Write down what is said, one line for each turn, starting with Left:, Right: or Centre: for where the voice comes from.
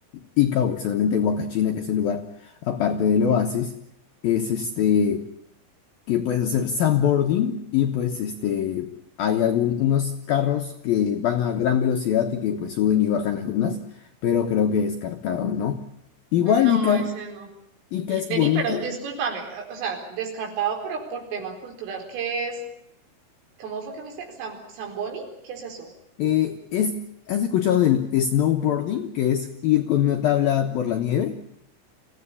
Left: Ica, o exactamente Huacachina, que es el lugar aparte del oasis, es este que puedes hacer sandboarding y pues este, hay algún, unos carros que van a gran velocidad y que pues suben y bajan las dunas, pero creo que descartado, ¿no? Igual
Right: No,
Left: Ica,
Right: ese no.
Left: Ica es
Right: Vení,
Left: bonito.
Right: pero discúlpame, o o sea, descartado, pero por tema cultural, ¿qué es? ¿Cómo fue que me dice? ¿Sam- ¿Zamboni? ¿Qué es eso?
Left: eh, es, ¿has escuchado del snowboarding, que es ir con una tabla por la nieve?